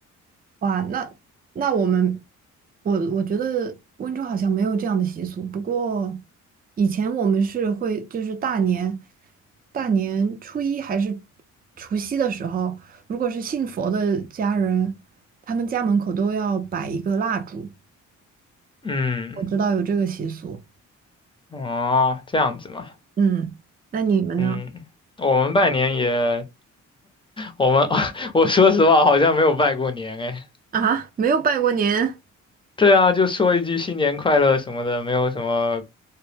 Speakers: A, on the right; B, on the left.
A: 哇，那那我们，我我觉得温州好像没有这样的习俗。不过以前我们是会，就是大年大年初一还是除夕的时候，如果是信佛的家人，他们家门口都要摆一个蜡烛。
B: <laughs> 嗯，
A: 我知道有这个习俗。
B: 哦，这样子嘛。
A: 嗯，那你们呢？
B: 嗯，我们拜年也，我们 <laughs> 我说实话好像没有拜过年哎。
A: 啊，没有拜过年？
B: 对啊，就说一句新年快乐什么的，没有什么